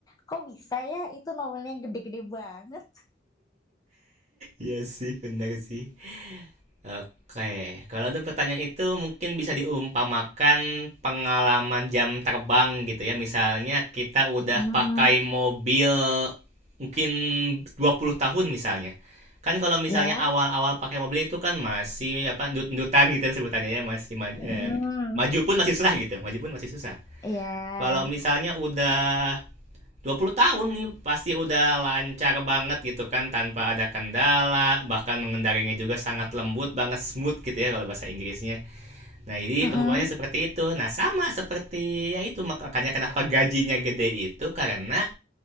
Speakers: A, on the left; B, on the right.
A: kok bisa ya itu nominalnya gede-gede banget?
B: Iya sih, benar sih. Oke, kalau untuk pertanyaan itu mungkin bisa diumpamakan pengalaman jam terbang gitu ya. Misalnya kita udah
A: Hmm,
B: pakai mobil mungkin 20 tahun misalnya. Kan kalau misalnya
A: ya.
B: awal-awal pakai mobil itu kan masih apa ndut-ndutan gitu ya sebutannya ya, masih
A: Hmm,
B: eh, maju pun masih susah gitu. Maju pun masih susah.
A: ya.
B: Kalau misalnya udah 20 tahun nih pasti udah lancar banget gitu kan tanpa ada kendala bahkan mengendarinya juga sangat lembut banget smooth gitu ya kalau bahasa Inggrisnya nah jadi
A: Mm-mm.
B: perumpamannya seperti itu nah sama seperti ya itu makanya kenapa gajinya gede itu karena